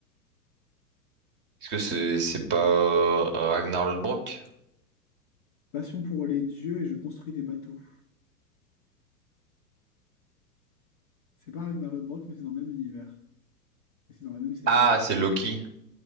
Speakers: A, on the right; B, on the left.
A: Est-ce que c'est c'est pas euh, Ragnar Lodbrok?
B: Passion pour les dieux et je construis des bateaux. C'est pas Ragnar Lodbrok, mais c'est dans le même univers. Et c'est dans la même série
A: Ah,
B: d'ailleurs.
A: c'est Loki.